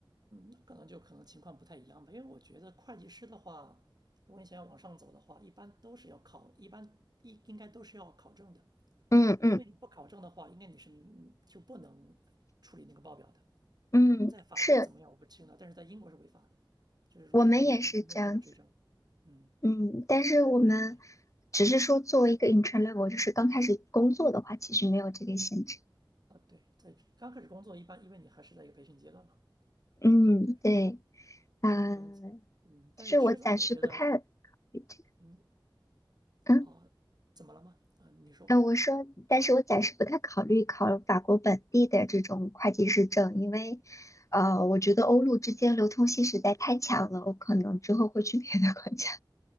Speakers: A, on the right; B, on the left.
A: 那可能就可能情况不太一样吧，因为我觉得会计师的话，如果你想要往上走的话，一般都是要考，一般一应该都是要考证的，
B: 嗯嗯
A: 因为你不考证的话，应该你是嗯就不能处理那个报表的。
B: 嗯，
A: 在法国怎么样我不清了，
B: 是
A: 但是在英国是违法的，就是如果你没没没有这个执照，
B: 我们也是这样。子。
A: 嗯，
B: 嗯，但是我们
A: 对啊，
B: 只是说作为一个 intern level，就是刚开始工作的话，其实没有这个限制。
A: 啊对，在刚开始工作一般，因为你还是在一个培训阶段嘛，
B: 嗯，
A: 行，对，
B: 对，呃，
A: 对，可能，嗯，但是迟早我觉得，
B: 就是我暂时不太考虑这个。
A: 嗯，
B: 嗯，
A: 哦，怎么了吗？啊、你说，
B: 呃，我说，但是我暂时不太考虑考法国本地的这种会计师证，因为，呃，我觉得欧陆之间流通性实在太强了，我可能之后会去别的国家。